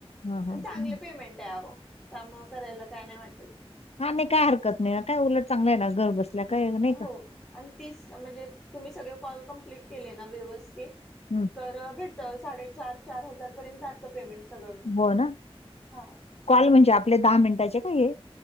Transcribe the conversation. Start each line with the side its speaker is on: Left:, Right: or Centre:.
Left: हां, हां.
Centre: आणि चांगले
Left: हं.
Centre: पेमेंट आहे अहो त्यामुळे करायला काय नाही वाटत.
Left: हा नाही काय हरकत नाही काय उलट चांगलं आहे ना घर बसल्या काय नाही
Centre: हो
Left: का.
Centre: आणि तीस म्हणजे तुम्ही सगळे कॉल कमप्लीट केले ना व्यवस्थित
Left: हम्म.
Centre: तर भेटत साडे चार चार हार पर्यंत जात पेमेंट सगळं मीळुन
Left: हो ना?
Centre: हा.
Left: कॉल म्हणजे आपले दहा मिनिटाचे का हे?